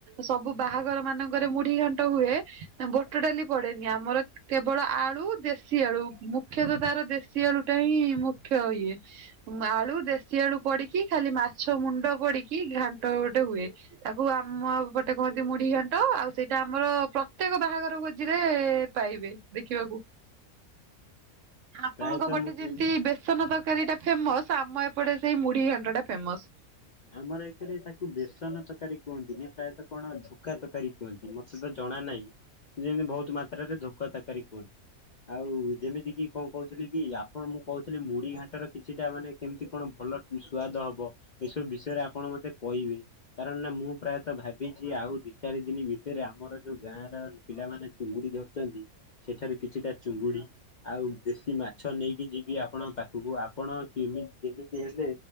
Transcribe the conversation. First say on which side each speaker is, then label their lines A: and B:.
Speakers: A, on the right; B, on the left.
A: ସବୁ ବାହାଘର ମାନଙ୍କରେ ମୁଢି ଘାଣ୍ଟ ହୁଏ ଗୋ ବୁଟ ଡାଲି ପଡ଼େନି ଆମର କେବଳ ଆଳୁ ଦେଶୀ ଆଳୁ ମୁଖ୍ୟତଃ ତାର ଦେଶୀ ଷୀ ଆଳୁ ଟା ହିଁ ମୁଖ୍ୟ ଇଏ ଆଳୁ ଦେ ଦେସିଆଡୁ ପଡିକି ଖାଲି ମାଛ ମୁଣ୍ଡ ପଡିକି ଘାଣ୍ଟ ଗୋଟେ ହୁଏ। ତାକୁ ଆମ ପଟେ କହନ୍ତି ମୁଢି ଘଣ୍ଟ ଆଉ ସେଇଟା ଆମର ପ୍ରତ୍ୟେକ ବାହାଘର ଭୋଜିରେ, ପାଇବେ ଦେଖିବାକୁ। ଆପଣଙ୍କ
B: ପ୍ରାୟତଃ
A: ପଟେ
B: ମୁଁ
A: ଯେମିତି
B: ଯେମ
A: ବେଶ ବେସନ ତରକାରୀ ଟା ଫେମସ ଆମ ଏପଟେ ସେଇ ମୁଢି ଘାଣ୍ଟଟା ଫେମସ।
B: ଆମର ଏଥିରେ ତାକୁ ବେସନ ତରକାରୀ କୁହନ୍ତିନି ପ୍ରାୟତଃ କଣ ଝୁକା ତରକାରୀ କୁହନ୍ତି ମତେ ତ ଜଣା ନାହିଁ। ଯେ ବହୁତ ମାତ୍ରାରେ ଧୋକ ତାକାରୀ କୁହନ୍ତି ଆଉ ଯେମିତି କି କଣ କହୁଥିଲି କି ଆପଣ ମୁଁ କହୁଥିଲି ମୁଢି ଘାଣ୍ଟର କିଛିଟା ମାନେ କେମିତି କଣ ଭଲ ସୁଆଦ ହବ କ ଏସବୁ ବିଷୟରେ ଆପଣ ମତେ କହିବେ। କାରଣ ନା ମୁଁ ପ୍ରାୟତଃ ଭାବିଛି ଆଉ ଦି ଚାରି ଦିନ ଭିତରେ ଆମର ଯୋଉ ଗାଁ ର ପିଲାମାନେ ଚୁଙ୍ଗୁଡି ଧରୁଛନ୍ତି ସେଠାରୁ କିଛିଟା ଚୁଙ୍ଗୁଡି ଆଉ ଦେଶୀ ମାଛ ନେଇକି ଯିବି ଆପଣଙ୍କ ପାଖକୁ ଆପଣ କେ ଯେମିତି ହେଲେ